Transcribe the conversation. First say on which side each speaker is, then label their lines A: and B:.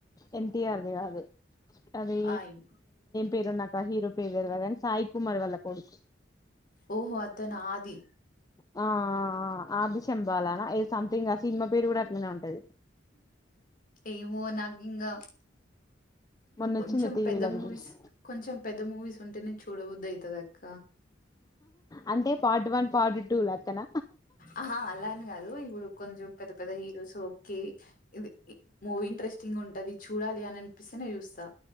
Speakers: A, on the left; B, on the left.
A: ఎన్టీఆర్ది కాదు అది
B: ఆ ఎన్-
A: పేరు నాక హీరో పేరు వేరుగాని సాయి కుమార్ వాల్ళ కొడుకు
B: ఓహో అత నా ఆది
A: హా ఆది చెంపాలనా ఇది సంథింగ్ సినిమా పేరు కూడా అట్లనే ఉంటది
B: ఏమో నాకు ఇంకా
A: మొన్న
B: కొంచెం
A: వచ్చింది టీవీలకి
B: పెద్ద మూవీస్
A: చూసి
B: కొంచెం పెద్ద మూవీస్ ఉం టర్ని చూడబుద్ ఐతదాక్క
A: అంటే పార్ట్ వన్ పార్ట్ టు చూ లక్కన
B: ఆహా అలా కాదు ఇప్పుడు కొంచెం పెద్ద పెద్ద హీరోస్ ఓకే ఇది మూవీ ఇంట్రెస్టింగ్ ఉంటాది చూడాలి, అని అనిపిస్తేనే చూస్తా